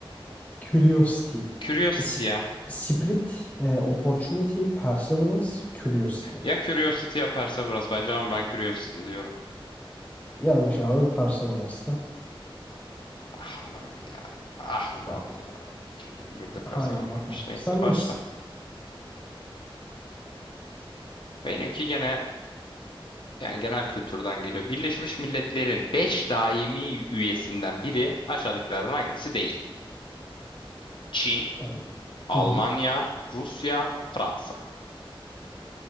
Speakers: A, on the left; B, on the left.
A: Curiosity
B: Curiosity
A: Sp-
B: ya.
A: Spirit, e, Opportunity, Perseverance, Curiosity.
B: Ya Curiosity ya Perseverance bence ama ben Curiosity diyorum.
A: Yanlış abi Perseverance'da.
B: Ah ulan ya. Ah ulan
A: Evet.
B: ya. 2021'de Perseverance'mış.
A: Haydi bakalım.
B: Neyse
A: Sen
B: başla.
A: nesin?
B: Benimki gene yani genel kültürden geliyor. Birleşmiş Milletler'in 5 daimi üyesinden biri aşağıdakilerden hangisi değil? Çin,
A: Evet.
B: Almanya,
A: Hı hı.
B: Rusya, Fransa.